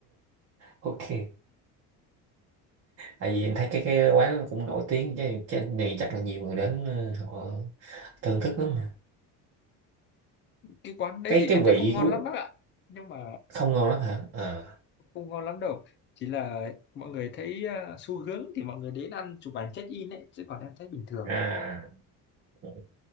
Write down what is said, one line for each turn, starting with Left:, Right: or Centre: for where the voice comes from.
Right: ok tại vì em thấy cái cái quán nó cũng nổi tiếng chứ cái này chắc là nhiều người đến ờ, họ thưởng thức lắm mà
Left: cái quán đấy
Right: cái
Left: thì
Right: cái
Left: em thấy
Right: vị
Left: không ngon
Right: của
Left: lắm bác ạ nhưng mà
Right: không ngon lắm hả à
Left: không ngon lắm đâu chỉ là mọi người thấy ờ, xu hướng thì mọi người đến ăn chụp ảnh check in ấy chứ còn em thấy bình thường
Right: à
Left: à
Right: ừ.